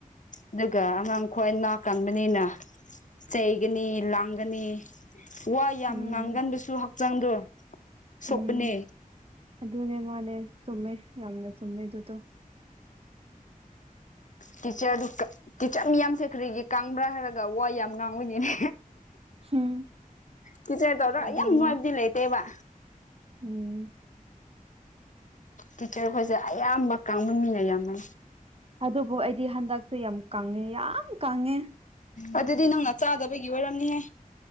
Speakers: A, on the left; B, on the right.
A: ꯑꯗꯨꯒ ꯑꯉꯥꯡ ꯈ꯭ꯋꯥꯏꯅꯥ ꯀꯟꯕꯅꯤꯅ ꯆꯩꯒꯅꯤ ꯂꯥꯡꯒꯅꯤ ꯋꯥ ꯌꯥꯝ
B: ꯎꯝ
A: ꯉꯥꯡꯒꯟꯕꯁꯨ ꯍꯛꯆꯥꯡꯗꯣ ꯁꯣꯛꯄꯅꯦ
B: ꯎꯝ ꯑꯗꯨꯅꯦ ꯃꯥꯅꯦ ꯆꯨꯝꯃꯦ ꯌꯥꯝꯅ ꯆꯨꯝꯃꯦꯗꯨꯇꯣ
A: ꯀꯤꯆꯔꯗꯨ ꯀꯤꯆꯔ ꯃꯤꯌꯥꯝꯁꯦ ꯈꯔꯤꯒꯤ ꯀꯪꯕ꯭ꯔꯥ ꯍꯥꯏꯔꯒ ꯋꯥ ꯌꯥꯝ ꯉꯥꯡꯕꯅꯤꯅꯦ
B: ꯎꯝ
A: ꯇꯤꯆꯔꯗꯧꯔ
B: ꯑꯗꯨꯅꯦ
A: ꯌꯥꯝ ꯅꯨꯡꯉꯥꯏꯕꯗꯤ ꯂꯩꯇꯦꯕ
B: ꯎꯝ
A: ꯇꯤꯆꯔꯈꯣꯏꯁꯦ ꯑꯌꯥꯝꯕ ꯀꯥꯡꯕꯨꯟꯃꯤꯟꯅ ꯌꯥꯝꯃ
B: ꯑꯗꯨꯕꯨ ꯑꯩꯗꯤ ꯍꯟꯗꯛꯁꯦ ꯌꯥꯝ ꯀꯪꯉꯦ ꯌꯥꯝ ꯀꯥꯡꯉꯦ
A: ꯑꯗꯨꯗꯤ ꯅꯪꯅ ꯆꯥꯗꯕꯒꯤ ꯋꯥꯔꯝꯅꯤꯍꯦ